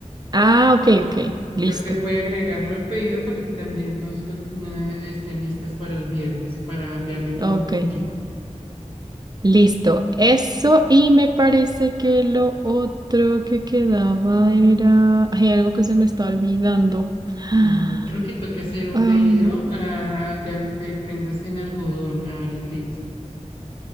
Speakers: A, on the right; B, on the left.
A: Ah, ok, ok.
B: Entonces
A: Listo.
B: voy a agregarlo al pedido para que también nos lo, na- estén listas para el viernes, para enviarle todo
A: Ok.
B: juntico.
A: Listo. Eso y me parece que lo otro que quedaba era... Hay algo que se me está olvidando. <gasps> <sighs>
B: Mm, creo que toca hacer un
A: Ah,
B: pedido ah, de, al- de prendas en algodón a Aritex.